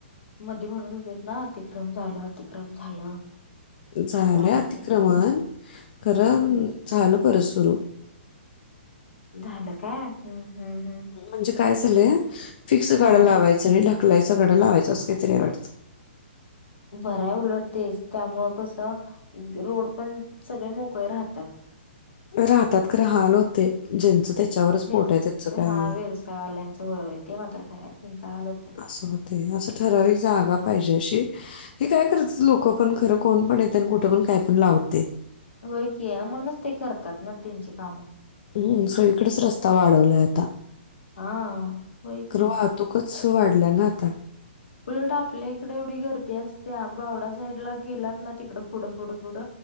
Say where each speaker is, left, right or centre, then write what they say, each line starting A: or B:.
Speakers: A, on the left; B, on the left.
A: मध्ये म्हणत होते ना अतिक्रम झाला अतिक्रम झालं.
B: झाल्या
A: गाडी
B: अतिक्रमण
A: गेली
B: खरं
A: हम्म
B: झालं परत सुरू.
A: झालं काय हम्म हम्म हम्.
B: म्हणजे काय झालंय फिक्स गाड्या
A: हा
B: लावायचं आणि ढकलायचं गाड्या लावायचं असं काहीतरी वाटतं.
A: बराय उलटतेच त्यामुळं कसं रोड पण सगळे मोकळे राहतात.
B: राहतात राहाल होते. ज्यांचं त्याच्यावरच
A: ज्यांच
B: पोट आहे त्याचं काय
A: हा व्यवसायवाल्यांचं होय होय ते मात्र खरं आहे त्यांचा हाल होतय
B: असं हो ते असं ठराविक जागा पाहिजे अशी हे काय करत लोक पण खरं कोण पण येते आणि कुठं पण काय पण लावते.
A: होय की म्हणूनच ते करतात ना त्यांची कामं.
B: हम् सगळीकडेच रस्ता वाढवलाय आता
A: हा होय
B: कवा
A: की
B: तुकच वाढले ना आता?
A: उलट आपल्या इकडे एवढी गर्दी असते बावडा साईड ला गेलात ना तिकडं फुढं फुडं फुड